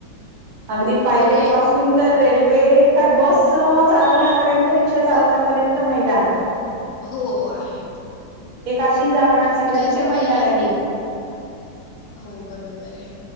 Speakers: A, on the right; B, on the left.
A: अगदी पायलट
B: म्हणजे
A: पासून तर रेल्वे, काय बस चालवण्यापर्यंत, रिक्षा चालवण्यापर्यंत
B: अ
A: महिला आहेत.
B: हो आहेत.
A: एक अशी जागा नसेल
B: म्हणजे
A: का
B: असं
A: तिथे महिला
B: महिलांनी
A: नाहीये.
B: हो बरोबर हाय,